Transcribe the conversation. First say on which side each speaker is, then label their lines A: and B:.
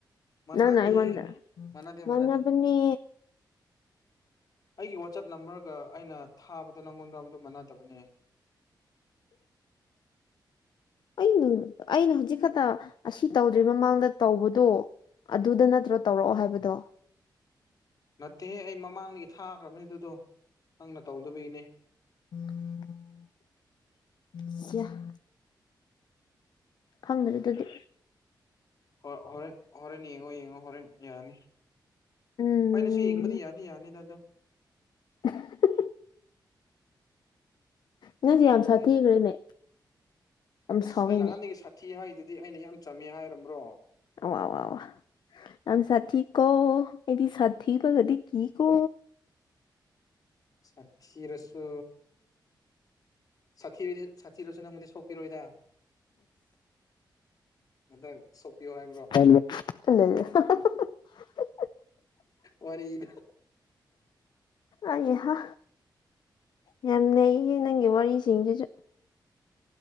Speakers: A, on the left; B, on the left.
A: ꯃꯅꯥꯗꯤ
B: ꯅꯪꯅ ꯑꯩꯉꯣꯟꯗ
A: ꯃꯥꯟꯅꯗꯦ
B: ꯃꯥꯅꯕꯅꯦ
A: ꯃꯥꯟꯅꯗꯦ ꯑꯩꯒꯤ ꯋꯥꯆꯞ ꯅꯝꯕꯔꯒ ꯑꯩꯅ ꯊꯥꯕꯗꯣ ꯅꯪꯉꯣꯟꯗ ꯑꯗꯨ ꯃꯥꯟꯅꯗꯕꯅꯦ
B: ꯑꯩꯕꯨ ꯑꯩꯅ ꯍꯧꯖꯤꯛ ꯈꯛꯇ ꯑꯁꯤ ꯇꯧꯗ꯭ꯔꯤ ꯃꯃꯥꯡꯗ ꯇꯧꯕꯗꯣ ꯑꯗꯨꯗ ꯅꯠꯇ꯭ꯔꯣ ꯇꯧꯔꯛꯑꯣ ꯍꯥꯏꯕꯗꯣ
A: ꯅꯠꯇꯦꯍꯦ ꯑꯩ ꯃꯃꯥꯡꯗꯒꯤ ꯊꯥꯈ꯭ꯔꯕꯅꯦ ꯑꯗꯨꯗꯣ ꯅꯪꯅ ꯇꯧꯗꯕꯒꯤꯅꯦ
B: <inaudible> ꯈꯪꯗ꯭ꯔꯦ ꯑꯗꯨꯗꯤ
A: ꯍꯣ ꯍꯣꯔꯦꯟ ꯍꯣꯔꯦꯟ ꯌꯦꯡꯉꯣ ꯌꯦꯡꯉꯣ ꯍꯣꯔꯦꯟ ꯌꯥꯅꯤ
B: ꯎꯝ
A: ꯑꯩꯅꯁꯨ ꯌꯦꯡꯕꯗꯤ ꯌꯥꯗꯤ ꯌꯥꯅꯤꯗꯗꯨ
B: <inaudible> ꯅꯪꯁꯦ ꯌꯥꯝ
A: ꯎꯝ
B: ꯁꯥꯊꯤꯈ꯭ꯔꯦꯅꯦ
A: ꯌꯥꯏ
B: ꯌꯥꯝ
A: ꯑꯁ
B: ꯁꯥꯎꯋꯤꯅꯦ
A: ꯑꯩ ꯅꯍꯥꯟꯗꯒꯤ ꯁꯥꯊꯤ ꯍꯥꯏꯗꯨꯗꯤ ꯑꯩꯅ ꯌꯥꯝ ꯆꯝꯃꯦ ꯍꯥꯏꯔꯕ꯭ꯔꯣ
B: <unintelligible> ꯌꯥꯝ ꯁꯥꯊꯤ ꯀꯣ ꯑꯩꯗꯤ ꯁꯥꯊꯤꯕꯒꯗꯤ ꯀꯤꯀꯣ
A: ꯁꯥꯊꯤꯔꯁꯨ ꯁꯥꯊꯤꯔꯗꯤ ꯁꯥꯊꯤꯔꯁꯨ ꯅꯪꯕꯨꯗꯤ ꯁꯣꯛ ꯄꯤꯔꯣꯏꯗ ꯑꯗ ꯁꯣꯛꯄꯤꯌꯣ ꯍꯥꯏ
B: <unintelligible>
A: ꯋꯥꯔꯤꯗꯣ
B: ꯑꯩ ꯍꯥ ꯌꯥꯝ ꯅꯩꯌꯦ ꯅꯪꯒꯤ ꯋꯥꯔꯤꯁꯤꯡꯁꯤꯁꯨ